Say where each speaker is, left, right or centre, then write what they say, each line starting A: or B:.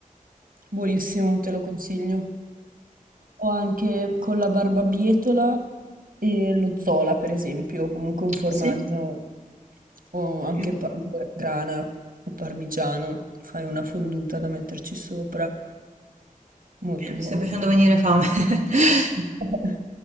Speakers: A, on the right; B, on the right.
A: Buonissimo, te lo consiglio. Ho anche con la barbabietola E lo zola, per esempio, o comunque un formaggio
B: Sì?
A: o anche
B: Mi mi
A: pa- grana o parmigiano, fai una fonduta da metterci sopra, molto buono.
B: sta facendo venire fame. <laughs>
A: <laughs>